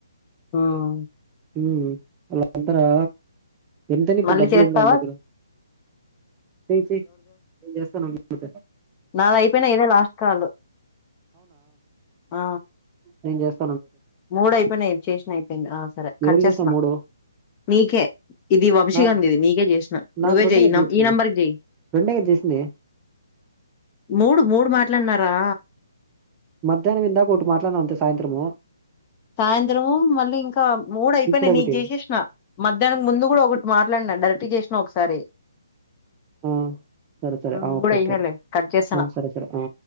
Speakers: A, on the left; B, on the right.
A: హ్మ్.
B: హ్మ్ అందరా ఎంతని ఇప్పుడు
A: మళ్ళీ
B: డబ్బులు
A: చేస్తావా?
B: ఉందా వాని దగ్గర చేయ్ చేయ్ నేం చేస్తానుండు ఉకే
A: నాది అయిపోనే ఇదే లాస్ట్ కాల్ ఆ
B: నేం చేస్
A: మూడు అయిపోయినాయ్ చేసినా అయిపోయింది. ఆ సరే కట్
B: ఎవరికి
A: చేస్సున్నా,
B: చేసినావు మూడు
A: నీకే ఇది వంశీగాంది
B: నాకు
A: ఇది నీకే జేసినా
B: నాకు
A: నువ్వే
B: రెండే
A: జేయి
B: కదా
A: నమ్
B: చేసింది
A: ఈ నెంబర్ కి జేయ్.
B: రెండే కదా చేసింది
A: మూడు మూడు మాట్లాడిన్నారా
B: మధ్యాహ్నం ఇందాకొకటి మాట్లాడినం అంతే సాయంత్రము
A: సాయంత్రము మళ్ళీ ఇంకా మూడు అయిపోయినాయ్.
B: ఇప్పుడు ఒకటి
A: నీకు జేసేసిన మధ్యాహ్నానికి ముందు కూడా ఒకటి మాట్ అట్లేం లా డైరెక్ట్ చేసినా ఒకసారి
B: మ్మ్ సరే సరే
A: నువ్వు
B: ఆ ఓకే
A: కూడా
B: ఒకే
A: ఈయనలే కట్ చేస్తాన
B: హ సరే సరే ఆ